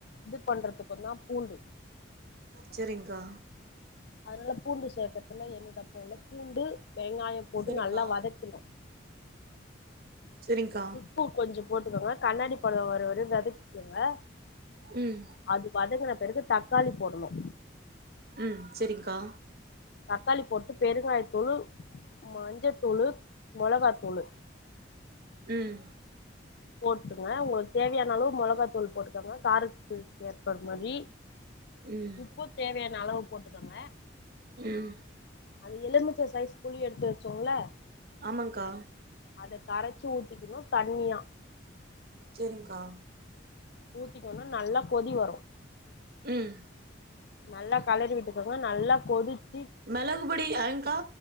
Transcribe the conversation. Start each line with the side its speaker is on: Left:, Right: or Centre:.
Left: இது பண்றதுக்கு தா பூண்டு
Right: செரிங்க்கா
Left: அதனால பூண்டு சேக்குறதுல எந்த தப்பு இல்ல பூண்டு வெங்காயம் போட்டு
Right: செரிங்க்கா
Left: நல்லா வதக்கனு
Right: செரிங்க்கா
Left: உப்பு கொஞ்சோ போட்டுக்கோங்க கண்ணாடி பதோ வர‌ வரைக் வதக்கிக்கோங்க
Right: உம்
Left: அது வதங்கன பெறகு தக்காளி போடனு
Right: உம் செரிங்க்கா
Left: தக்காளி போட்டு பெருங்காய தூளு மஞ்சத்தூளு மொளகா தூளு
Right: உம்
Left: போட்டுகோங்க ஒங்ளுக்கு தேவயான அளவு மெளகா தூள் போட்டுக்கோங்க காரத்துக்கு ஏற்ப மாரி
Right: ம்
Left: உப்பு தேவயான அளவு போட்டுக்கோங்க
Right: உம்
Left: அது எலுமிச்ச சைஸ் புளி எடுத்து வச்சோம்ல
Right: ஆமாங்க்கா
Left: அத கரச்சு ஊத்திக்கனு தண்ணியா
Right: சேரிங்க்கா
Left: ஊத்திக்கனு நல்லா கொதி வரு
Right: ம்
Left: நல்லா கலறி விட்டு கோங்க நல்லா கொதிச்
Right: மெளகு பொடி ஆங்க்கா மெளகுபொடி ஏங்க்கா